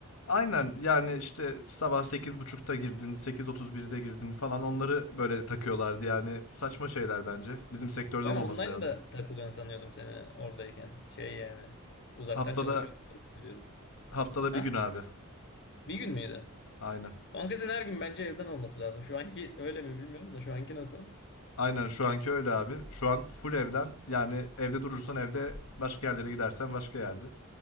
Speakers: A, on the left (about 80°); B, on the left (about 55°).
A: Aynen yani işte sabah sekiz buçukta girdin, sekiz otuz birde girdin falan onları böyle takıyorlardı yani saçma şeyler bence. Bizim sektörde
B: Ben
A: olmaması
B: online
A: lazım.
B: da takılıyorsun sanıyordum seni oradayken. Şey yani. Uzaktan
A: Haftada
B: çalışıyordum. sanıyordum.
A: haftada
B: Ha?
A: bir gün abi.
B: Bir gün müydü?
A: Aynen.
B: Kanka senin her gün bence evden olması lazım. Şu anki öyle mi bilmiyorum da şu anki nasıl?
A: Aynen şu anki öyle abi. Şu an full evden yani evde durursan evde başka yerlere gidersen başka yerde.